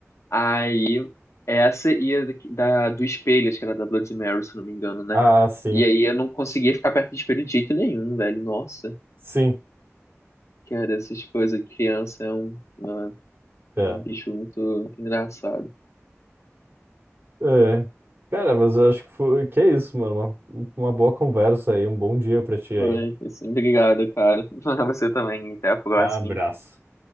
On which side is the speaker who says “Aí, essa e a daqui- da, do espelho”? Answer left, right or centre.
Left